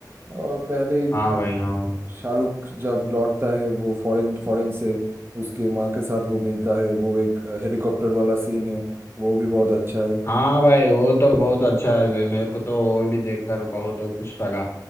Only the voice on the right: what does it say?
और पहले
शाहरुख जब लौटता है वो फॉरेन फॉरेन से उसके माँ के साथ वो मिलता है वो एक हेलीकॉप्टर वाला सीन है वो भी बहुत अच्छा है